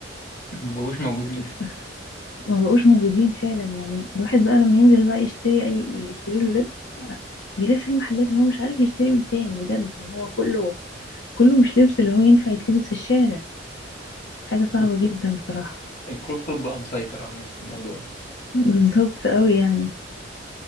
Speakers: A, on the left; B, on the left.
A: مبقوش موجودين
B: ف- ما بقوش موجودين فعلا يعني الواحد بقى لما ينزل بقى يشتري اي يشتري له لبس بيلف المحلات اللي هو مش عارف يشتري من فين بجد اللي هو كله كله مش لبس اللي هو ينفع يتلبس في الشارع حاجة صعبة
A: الكروب
B: جدا
A: توب
B: بصراحة
A: الكروب توب بقى مسيطر عن في الموضوع ده بصراحة.
B: <laughs> بالظبط قوي يعني